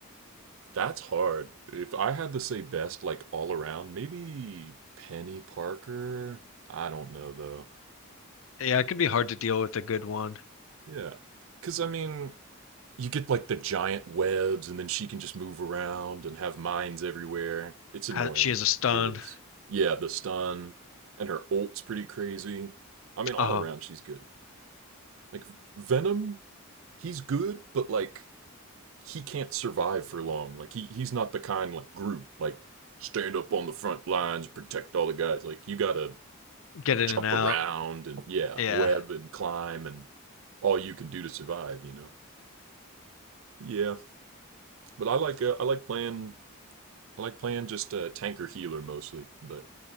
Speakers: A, on the right; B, on the left.
A: That's hard. If I had to say best, like all around, maybe Penny Parker. I don't know though.
B: Yeah, it can be hard to deal with a good one.
A: Yeah. Because, I mean, you get like the giant webs and then she can just move around and have mines everywhere. It's annoying.
B: Ha- She has a stun.
A: It really is. Yeah, the stun and her ult's pretty crazy. I mean, all
B: Uh-huh.
A: around, she's good. Like, Venom, he's good, but like, he can't survive for long. Like he he's not the kind like Groot, like stand up on the front lines, protect all the guys. Like you gotta
B: Get in
A: jump
B: and out.
A: around and yeah,
B: Yeah.
A: web and climb and all you can do to survive. You know. Yeah, but I like uh, I like playing I like playing just a uh, tanker healer mostly, but